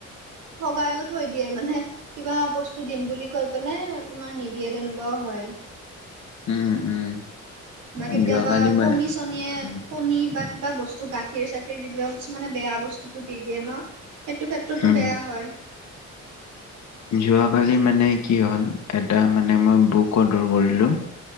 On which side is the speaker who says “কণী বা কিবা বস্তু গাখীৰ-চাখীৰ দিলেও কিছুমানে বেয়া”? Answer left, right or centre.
Right